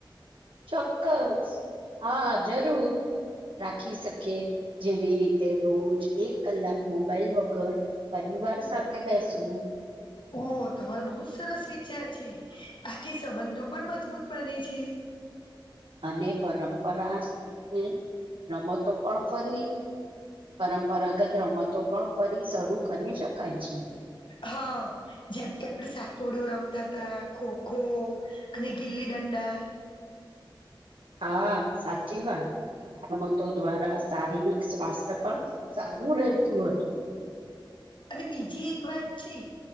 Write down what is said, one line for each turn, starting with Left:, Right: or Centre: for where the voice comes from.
Right: ચોક્કસ હા જરૂર. રાખી શકી જેવી રીતે રોજ એક કલાક મોબાઈલ વગર પરિવાર સાથે બેસવું
Left: ઓ તમારો બહુ સરસ વિચાર છે આથી સંબંધો પણ મજબૂત બને છે
Right: અને પરંપરા ને રમતો પણ ફરી પરંપરાગત રમતો પણ કરી શરૂ કરી શકાય છે
Left: હા જેમ કે આપડે સાત્તોડિયો રમતા તા ખોખો અને ગીલી દંડા
Right: હા સાચી વાત રમત તો દ્રારા શારીરિક સ્વાસ્થ્ય પણ સારું રહેતું હતું
Left: અને બીજી એક વાત છે